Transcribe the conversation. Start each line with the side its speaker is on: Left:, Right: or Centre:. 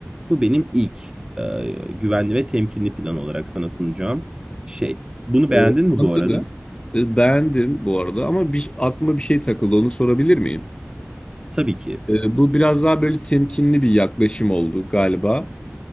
Right: Bu benim ilk e, güvenli ve temkinli plan olarak sana sunacağım şey. Bunu
Left: E,
Right: beğendin mi
Left: anladım.
Right: bu arada?
Left: E, beğendim bu arada ama bir, aklıma bir şey takıldı onu sorabilir miyim?
Right: Tabii ki.
Left: E, bu biraz daha böyle temkinli bir yaklaşım oldu galiba.